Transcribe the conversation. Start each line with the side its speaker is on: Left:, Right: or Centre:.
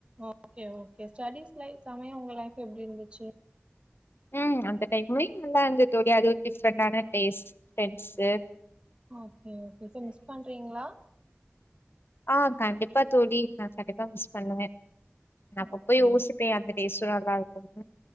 Right: ஓக்கே ஓக்கே ஸ்டடிஸ்ல சமய உங்க லைஃப் எப்டிருந்துச்சு
Left: ம் அந்த டைம்லயு நல்ல இர்ந்து தோழி அது டிஃப்ரெண்டான டேஸ்ட் ஃப்ரென்ஸ்ஸு
Right: ஓக்கே ஓக்கே இப்ப மிஸ் பண்றீங்களா
Left: ஆ கண்டிப்பா தோழி அ கண்டிப்பா மிஸ் பண்ணுவே நா அப்பப்ப
Right: ஓகே
Left: யோசிப்பே அந்த டேஸ்ஸுவு நல்லாருக்கும்னு